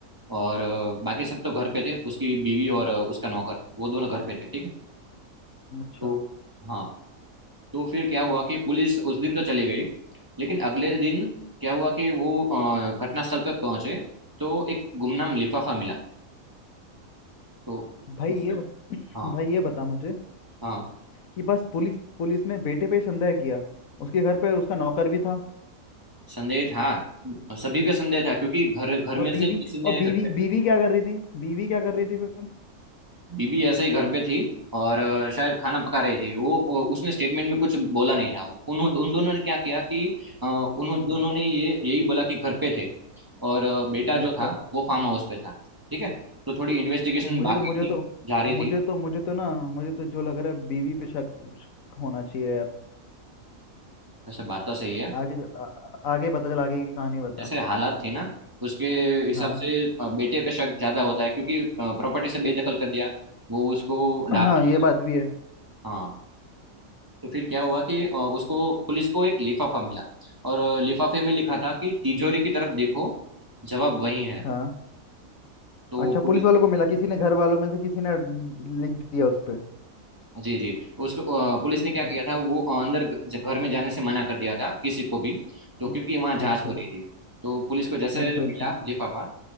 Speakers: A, on the right; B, on the left.
A: और अ, बाकी सब तो घर पे थे उसकी बीवी और अ, उसका नौकर वो दोनों घर पे थे ठीक है
B: अच्छा
A: तो हाँ तो फिर क्या हुआ कि पुलिस उस दिन तो चली गई लेकिन अगले दिन क्या हुआ कि वो अ, घटनास्थल पर पहुंचे तो एक गुमनाम लिफाफा मिला तो
B: भाई
A: उसमें
B: ये बता
A: हाँ
B: भाई ये बता मुझे
A: हाँ
B: कि बस पुलिस पुलिस ने बेटे पे ही संदेह किया उसके घर पे उसका नौकर भी था
A: संदेह था सभी पे संदेह था क्योंकि घर घर
B: और
A: में
B: बीवी
A: से किसी ने
B: और बीवी
A: हत्या
B: बीवी क्या कर रही थी बीवी क्या कर रही थी फिर
A: बीबी ऐसे ही घर पे थी और अ, शायद खाना पका रही थी वो वो- उसने स्टेटमेंट में कुछ बोला नहीं था उन उन दोनों ने क्या किया कि अ, उन
B: हाँ
A: दोनों ने ये यही बोला कि घर पे थे और अ, बेटा जो
B: अच्छा
A: था वो फार्म हाउस पे था ठीक है तो थोड़ी इन्वेस्टिगेशन
B: मुझे
A: बाकी
B: तो मुझे
A: थी
B: तो
A: जा रही
B: मुझे
A: थी
B: तो मुझे तो ना मुझे तो जो लग रहा है बीवी पे शक, शक होना चाहिए यार
A: वैसे बात तो सही है
B: आगे चल आ, आ- आगे बता चल आगे की कहानी बता
A: जैसे हालात थे ना उसके हिसाब
B: हाँ
A: से अ, बेटे पे शक ज्यादा होता है क्योंकि प्रॉपर्टी से बेदखल कर दिया वो उसको डांट
B: हाँ
A: दिया।
B: ये बात भी है
A: हाँ तो फिर क्या हुआ कि अ, उसको पुलिस को एक लिफाफा मिला और अ, लिफाफे में लिखा था कि तिजोरी की तरफ देखो जवाब वही है
B: हाँ
A: तो
B: अच्छा पुलिस
A: पुलिस
B: वालों
A: ने
B: को मिला किसी ने घर वालों में से किसी ने लिख दिया उस पे
A: जी जी उसको अ, पुलिस ने क्या
B: हाँ
A: किया था वो अंदर ग- ज- घर में जाने से मना कर दिया था किसी को भी तो
B: हाँ,
A: क्योंकि वहाँ जांच
B: अच्छा
A: हो रही थी तो पुलिस को जैसे
B: अच्छा अच्छा
A: मिला लिफाफा